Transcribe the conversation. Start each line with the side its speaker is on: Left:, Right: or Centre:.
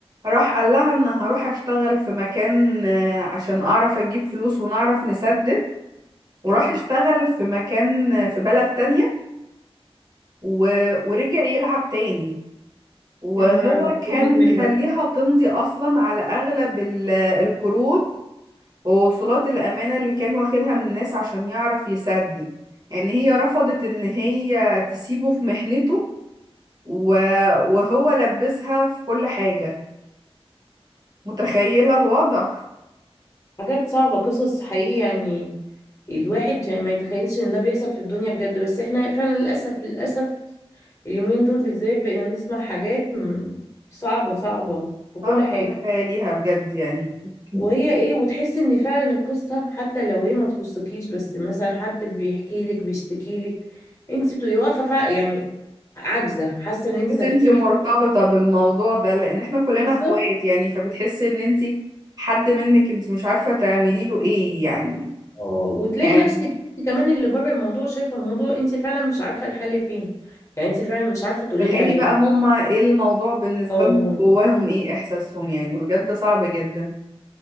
Right: راح قال لها ان هروح اشتغل في مكان آه، عشان اعرف اجيب فلوس ونعرف نسدد وراح
Left: اه
Right: اشتغل في مكان آه، في بلد تانية و... ورجع يلعب تاني وهو
Left: يا نهار أبيض.
Right: كان
Left: مدمن
Right: مخليها
Left: بقى
Right: تمضي اصلا على اغلب ال- القروض ووصولات الامانه اللي كان واخدها من الناس عشان يعرف يسدد يعني هي رفضت ان هي تسيبه في محنته و- وهو لبسها في كل حاجه متخيله الوضع
Left: حاجات صعبة قصص حقيقي يعني الواحد يعني ما يتخيلش ان ده بيحصل في الدنيا بجد بس احنا فعلا للأسف للأسف اليومين دول بالذات بقينا نسمع حاجات م- صعبة صعبة في كل
Right: صعب
Left: حاجة
Right: تتخيليها بجد يعني <laughs>
Left: وهي ايه وتحس ان فعلا القصة حتى لو هي ما تخصكيش بس مثلا حد بيحكي لك بيشتكي لك انت بتبقي واقفة فع- يعني عاجزة حاسة ان انت
Right: بس
Left: تفكيرك
Right: انتي مرتبطه بالموضوع ده لان احنا كلنا
Left: بالظبط
Right: اخوات يعني فبتحسي ان انتي حد منك انت مش عارفه تعملي له ايه يعني
Left: اه وتلاقي
Right: يعني
Left: نفسك انت كمان اللي بره الموضوع شايفه الموضوع انت فعلا مش عارفه الحل فين يعني انت فعلا مش عارفه تقولي
Right: تخيلي
Left: لها ايه
Right: بقى هما ايه الموضوع بالنسبة
Left: اه
Right: لهم جواهم ايه احساسهم يعني بجد صعب جدا